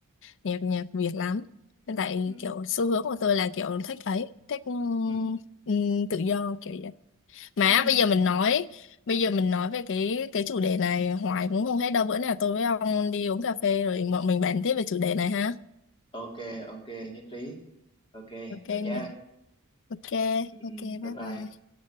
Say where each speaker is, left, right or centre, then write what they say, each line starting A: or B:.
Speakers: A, on the left (about 60°); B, on the left (about 25°).
A: nhạc nhạc Việt lắm. Tại
B: ừ
A: kiểu xu hướng của tôi là kiểu thích ấy, thích ừ,
B: ừ
A: ừ, tự do kiểu mà
B: ừ
A: bây giờ mình nói bây giờ mình nói về cái cái chủ đề này hoài cũng không hết đâu bữa nào tôi với ông đi uống cà phê rồi bọn mình bàn tiếp về chủ đề này ha.
B: <laughs> ok ok nhất trí ok
A: Ok
B: vậy nha
A: nha. Ok,
B: ừ, ừ.
A: ok,
B: bye
A: bye
B: bye
A: bye.